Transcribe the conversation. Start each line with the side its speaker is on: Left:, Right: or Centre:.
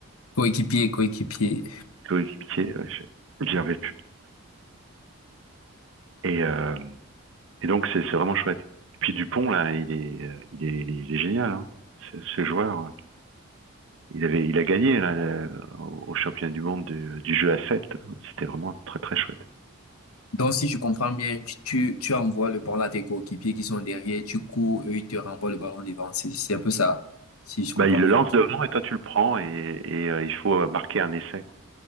Left: Coéquipier, coéquipier.
Right: coéquipiers, euh, j'ai- j'y arrive plus. Et, euh, Et donc, c'est c'est vraiment chouette. Et puis Dupont, là, il est, euh, il est, il est, il est génial, hein, ce, ce joueur. Il avait, il a gagné là le- au au championnat du monde du, du jeu à 7. C'était vraiment très très chouette.
Left: Donc, si je comprends bien, tu, tu, tu envoies le ballon à tes coéquipiers qui sont derrière, tu cours, eux, ils te renvoient le ballon devant. C'est, c'est un peu ça. Si je
Right: Bah,
Left: comprends
Right: il le
Left: bien.
Right: lance devant et toi tu le prends et, et euh, il faut euh, marquer un essai. quoi.